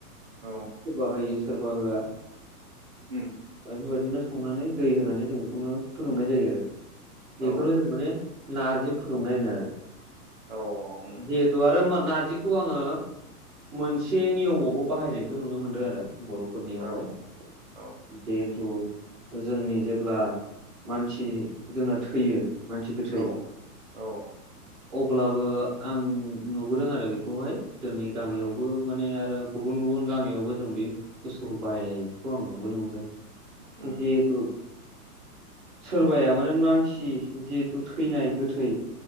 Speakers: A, on the right; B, on the right.
A: औ
B: सोरबा होयो सोरबा होआ-
A: उम।
B: बेबदिनो संनानै दै होनानै जों बेखौ फुदुंनाय जायो आरो
A: औ
B: बेखौनो जों माने नारजि फुदुंनाय होनो आरो
A: औ उम
B: जिहेथु आरो नारजि खौ आङो मोनसे नियमावबो बाहायनायखौ नुनो मोनदों आरो बर'फोरनियावहाय
A: औ औ
B: जे थु जोंनि जेब्ला मानसि जोंना थैयो। मानसि गोथै
A: औ औ
B: अब्लाबो आं नुबोदों आरो बेखौहाय जोंनि गामियावबो
A: उम
B: माने- ओ गुबुन गुबुन गामियावबो जों बे बुस्थुखौ बाहायनायखौ आं नुबोनो मोन्दों।
A: उम
B: जेहुथु। सोरबाया माने मानसि जिहेथु थैनाय गोथै